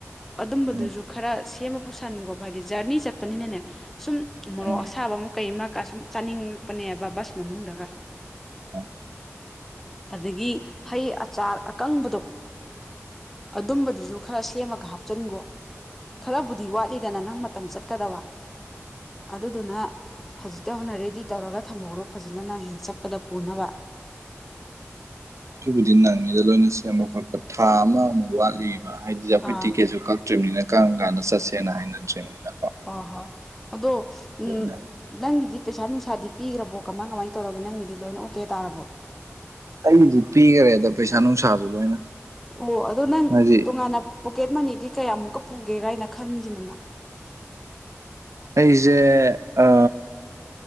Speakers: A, in the centre; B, on the right (about 80°).
A: ꯑꯗꯨꯝꯕꯗꯨꯁꯨ
B: ꯎꯝ
A: ꯈꯔ ꯁꯦꯝꯃ ꯄꯨꯁꯟꯒꯣ ꯍꯥꯏꯗꯤ ꯖꯔꯅꯤ ꯆꯠꯄꯅꯤꯅꯅꯦ ꯁꯨꯝ ꯃꯣꯔꯣꯛ
B: ꯎꯝ
A: ꯑꯁꯥꯕ ꯑꯃ ꯀꯩ ꯑꯃꯀ ꯁꯨꯝ ꯆꯥꯅꯤꯡꯉꯛꯄꯅꯦꯕ ꯕꯁ ꯃꯅꯨꯡꯗꯒ
B: ꯎꯝ <inaudible>
A: ꯑꯗꯒꯤ ꯍꯩ ꯑꯆꯥꯔ ꯑꯀꯪꯕꯗꯣ ꯑꯗꯨꯝꯕꯗꯨꯁꯨ ꯈꯔ ꯁꯦꯝꯃꯒ ꯍꯥꯞꯆꯤꯟꯈꯣ ꯈꯔꯕꯨꯗꯤ ꯋꯥꯠꯂꯤꯗꯅ ꯅꯪ ꯃꯇꯝ ꯆꯠꯀꯗꯕ ꯑꯗꯨꯗꯨꯅ ꯍꯧꯖꯤꯛꯇꯩ ꯍꯧꯅ ꯔꯦꯗꯤ ꯇꯧꯔꯒ ꯊꯝꯍꯧꯔꯒ ꯐꯖꯅ ꯅꯪ ꯍꯌꯦꯡ ꯆꯠꯄꯗ ꯄꯨꯅꯕ
B: ꯑꯗꯨꯕꯨꯗꯤ ꯅꯪꯅꯤꯗ ꯂꯣꯏꯅ ꯁꯦꯝꯕ ꯈꯣꯠꯄ ꯊꯥ ꯑꯃꯃꯨꯛ ꯋꯥꯠꯂꯤꯕ ꯍꯥꯏꯗꯤ ꯑꯩꯈꯣꯏ
A: ꯑꯥ
B: ꯇꯤꯛꯀꯦꯠꯁꯨ ꯀꯛ ꯗ꯭ꯔꯤꯝꯅꯤꯅ ꯀꯔꯝ ꯀꯥꯟꯗ ꯆꯠꯁꯦꯅ ꯍꯥꯏꯅ ꯗ꯭ꯔꯤꯝꯅꯤꯅꯀꯣ
A: ꯍꯣꯢ ꯍꯣꯏ ꯑꯗꯣ ꯎꯝ
B: ꯅꯪꯉꯤ
A: ꯅꯪꯒꯤꯗꯤ ꯄꯩꯁꯥ ꯅꯨꯡꯁꯥꯗꯤ ꯄꯤꯈ꯭ꯔꯕꯣ ꯀꯃꯥꯏ ꯀꯃꯥꯏꯅ ꯇꯧꯔꯒꯦ ꯅꯪꯒꯤꯗꯤ ꯂꯣꯏꯅ ꯑꯣꯛꯀꯦ ꯇꯥꯔꯕꯣ
B: ꯑꯩꯗꯤ ꯄꯤꯈ꯭ꯔꯦꯗ ꯄꯩꯁꯥ ꯅꯨꯡꯁꯥꯁꯨ ꯂꯣꯏꯅ
A: ꯑꯣ ꯑꯗꯣ ꯅꯪ
B: ꯍꯥꯏꯗꯤ
A: ꯇꯣꯉꯥꯟꯅ ꯄꯣꯀꯦꯠ ꯃꯅꯤꯗꯤ ꯀꯌꯥꯃꯨꯛꯀ ꯄꯨꯒꯦ ꯀꯥꯏꯅ ꯈꯟꯂꯤꯅꯣ ꯅꯪ
B: ꯑꯩꯁꯦ ꯑ